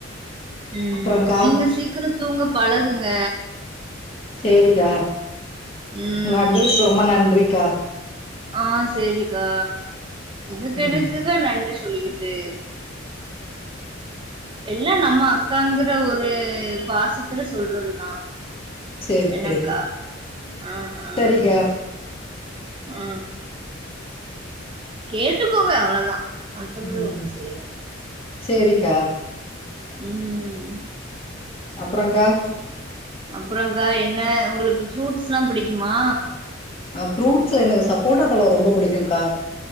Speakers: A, on the right; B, on the left.
A: ம்
B: அப்றோக்கா
A: நீங்க சீக்கர தூங்க பழகுங்க
B: சேரிக்கா
A: ம்
B: உங்க அட்வைஸ்க்கு ரொம்ப நன்றிக்கா
A: ஆ சேரிக்கா இதுக்கு
B: ம்
A: எதுக்குக்கா நன் றி சொல்லிக்கிட்டு எல்லா நம்ம அக்காங்கிற ஒரு பாசத்துல சொல்றதுதா
B: சேரி
A: என்னங்க்கா
B: சேரி
A: ஆ ஆ
B: சரிக்கா
A: ஆ கேட்டுக்கோங்க அவ்வளதா மத்தப்படி
B: ம்
A: ஒன்னு செய்ய வேண்டா
B: சேரிக்கா
A: ம்
B: அப்றங்க்கா
A: அப்றங்க்கா என்ன உங்களுக்கு ஃப்ரூட்ஸ்லா பிடிக்குமா
B: அ ஃப்ரூட்ஸ் எனக்கு சப்போட்டா பழ ரொம்ப புடிக்குங்க்கா